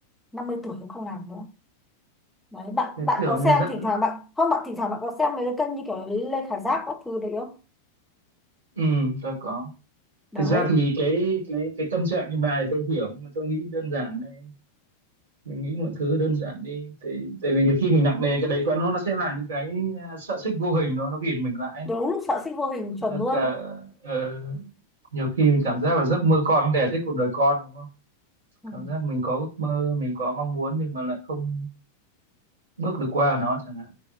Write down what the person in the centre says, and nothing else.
50 tuổi cũng không làm nữa đấy bạn
bạn
có
xem
thỉnh thoảng bạn không bạn thỉnh thoảng bạn có xem mấy cái kênh như kiểu là Lê Khả Giáp các thứ đấy không
đấy
đúng sợ sinh vô hình
chuẩn
luôn
ừ.